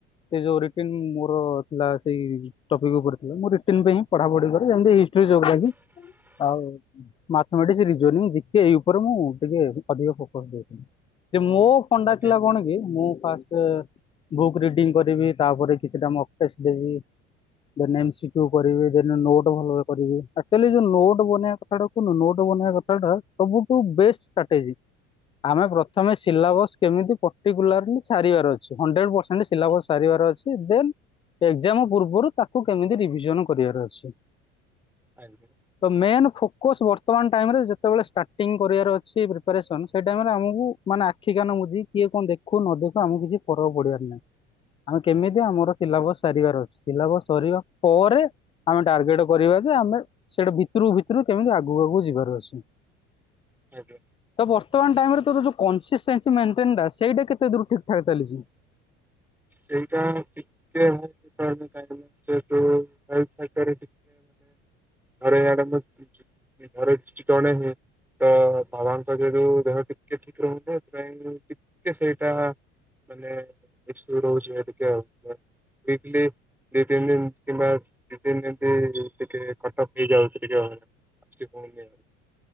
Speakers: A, on the left; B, in the centre.
A: ସେ ଯୋଉଁ ରିଟିନ ମୋର ଥିଲା ସେଇ ଟପିକ୍ ଉପରେଥିଲା ମୁଁ ରିଟିନ୍ ପାଇଁ ପଢା ପଢି କରେ ଯେମିତି ହିଷ୍ଟ ହିଷ୍ଟ୍ରି ଯୋଗ୍ରାଫି ଆଉ ମାଥମେଟିକ୍ସ୍ ରିଜୋନିଂ ଜର୍ଣ୍ଣି ଯେତେ ଏଇ ଉପରେ ମୁଁ ଟିକେ ଅଧିକ ଫୋକସ ଦେଇଥିଲି ଯେ ମୋ ଫଣ୍ଡା
B: ଆଜ୍ଞା
A: ଥିଲା
B: ହଁ ଆଜ୍ଞା
A: କଣ କି ମୁଁ ଫାଷ୍ଟ ଏଁ ବୁକ୍ ରିଡିଙ୍ଗ କରିବି ତାପରେ କିଛିଟା ମକ ଟେଷ୍ଟ ଦେବି। ଦେନେ ଏମ୍ସିକିଉ କରିବି ଦେନେ ନୋଟ୍ ଭଲ କରିବି ଆଚ୍ୟୁୟେଲି ଯୋଉଁ ନୋଟ ବନେଇବା କଥାଟା ଓ ନୋଟ ବନେଇବା କଥାଟା ସବୁଠୁଁ ବେଷ୍ଟ ଷ୍ଟ୍ରାଟେଜି ଆମେ ପ୍ରଥମେ ସିଲାବକ୍ସ କେମିତି ପର୍ଟିକୁଲାରି ସାରିବାର ଅଛି ହଣ୍ଡ୍ରେଡ ପରସେଣ୍ଟ ସିଲାବକ୍ସ ସାରିବାର ଅଛି ଦେନ୍ ଏକ୍ଜାମ ପୂର୍ବରୁ ତାକୁ କେମିତି ରିଭିଜନ କରିବାର ଅଛି।
B: ଆଜ୍ଞା।
A: ତ ମେନ୍ ଫୋକସ୍ ବର୍ତ୍ତମାନ ଟାଇମରେ ଯେତେବେଳେ ଷ୍ଟାର୍ଟିଂ କରିବାର ଅଛି ପ୍ରିପାରେସନ ସେଇ ଟାଇମରେ ଆମକୁ ମାନେ ଆଖି କାନ ମୁଜିକି କିଏ କଣ ଦେଖୁ ନ ଦେଖୁ ଆମକୁ କିଛି ଫରକ ପଡିବାରି ନାହିଁ। ଆମେ କେମିତି ଆମର ସିଲାବକ୍ସ ସାରିବାର ଅଛି ସିଲାବକ୍ସ ସରିବା ପରେ ଆମେ ଟାର୍ଗେଟ କରିବା ଯେ ଆମେ ସେଟା ଭିତରକୁ ଭିତରକୁ କେମିତି ଆଗକୁ ଆଗକୁ ଯିବାର ଅଛି।
B: ଆଜ୍ଞା।
A: ତ ବର୍ତ୍ତମାନ ଟାଇମରେ ତୋର ଯୋଉଁ କନସିସ୍ଟାନସିମେଣ୍ଟେନ ଟା ସେଇଟା କେତେ ଦୂର ଠିଁକ ଠାକ ଚାଲିଛି।
B: ସେଇଟା ଟିକେ <unintelligible> ଟିକେ ମାନେ ଘରେ <unintelligible> ଘରେ ଚିକଣ ହ ତ ବାବାଙ୍କ ଦୟାରୁ ଦେହ ଟିକେ ଠିକ ରୁହନ୍ତା ସେଥିପାଇଁ ଟିକେ ସେଇଟା ମାନେ <unintelligible> ରହୁଛିଲି ଦି ତିନି ଦିନ କିମ୍ବା ଦି ତିନ ଯେମତି ଟିକେ କଟକ ହେଇଯାଉଛି ଟିକେ ଆଉ ହେରା। ଆଛି <unintelligible> ଫୋ ନେଇ